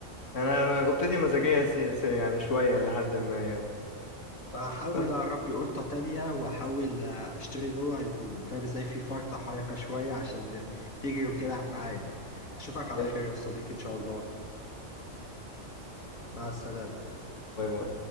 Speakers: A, on the left; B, on the left.
A: انا أنا اوضتي مزاجيه سي... سي... يعني شويه لحد ما يعني
B: فأحاول
A: بس
B: أربي قطة تانية وأحاول أشتري نوع يكون فاهم إزاي في فرطة حركة شوية عشان تجري وتلعب معايا أشوفك على
A: باي
B: خير يا صديقي إن شاء الله مع السلامة
A: باي